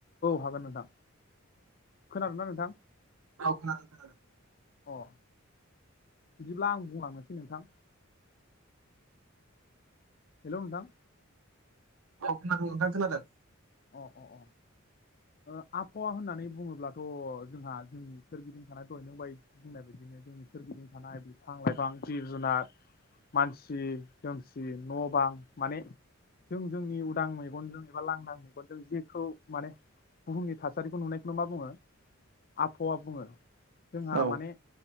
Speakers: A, on the left; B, on the right.
A: हागोन नोंथां खोनादों ना नोंथां
B: औ खोनादों खोनादों
A: अ बिदिब्ला आं बुंलांनोसै नोंथां हेल नोंथां
B: औ खोनादों नोंथां खोनादों
A: अ अ अ आबहावा होननानै बुङोब्लाथ' जोंहा जोंनि सोरगिदिं थानाय दय नं बायदि बुंनाय बदिनो जोंनि सोरगिदिं थानाय बिफां लाइफां जिब जुनार मानसि दोमसि न' बां माने जों जोंनि उदां मेगनजों एबा लांदां मे गनजों जेखौ माने बुहुमनि थासारिखौ नुनायखौनो मा बुङो आबहावा बुङो जोंहा
B: औ
A: माने